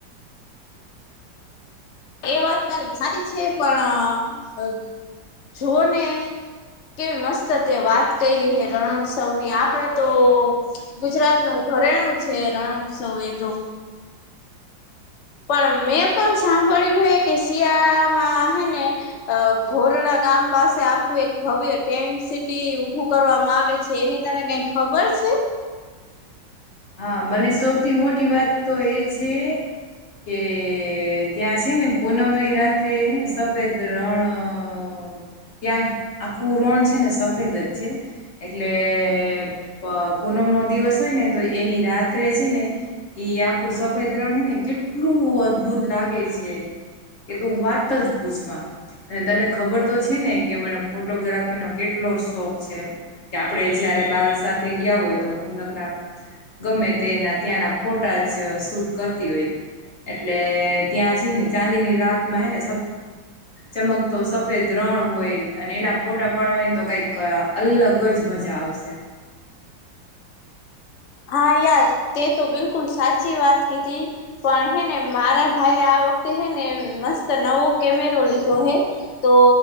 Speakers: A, on the left; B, on the left.
A: એ વાત તારી સાચી છે પણ, અ જોને કેવી મસ્ત હતી વાત કરી હે રણોત્સવ ની આપડે તો ગુજરાત નુ ઘરેણું છે રણોઉત્સવ એ તો.
B: <inaudible>
A: પણ મેં પણ સાંભળ્યું હે કે શિયાળામાં હેને, ઘોરડા ગામ પાસે આખું એક ભવ્ય ટેન્ટ સિટી ઉભું કરવામાં આવે છે એની તને કઈ ખબર
B: <inaudible>
A: છે?
B: હા મને સૌથી મોટી વાત તો એ છે કે ત્યાં છે ને પૂનમની રાત્રેને સફેદ રણ ત્યાં આખું રણ છે ને સફેદ જ છે. એટલે એએ પ પૂનમ નો દિવસ હોય ને તો એની રાત્રે છે ને, એ આખું સફેદ રણ હ ને કેટલું અદ્ભુત લાગે છે. એ તો વાત જ પૂછમાં, અને તને ખબર તો છે ને કે મને ફોટોગ્રાફીનો કેટલો શોખ છે. કે આપડે જયારે બાર સાથે ગયા હોય તો હું નકડા ગમે તેના ત્યાંના ફોટા જ શૂટ કરતા એટલે ત્યાં ને ચાંદીની રાતમાંને ચમકતો સફેદ રણ હોય અને એના ફોટ ટા પાડવાની તો કઈક અલગ જ મજા આવશે.
A: હા યાર તે તો બિલકુલ સાચી વાત કીધી, પણ હે ને મારા ભાઈ વખતે હે ને મસ્ત નવો કેમેરો લીધો હે, તો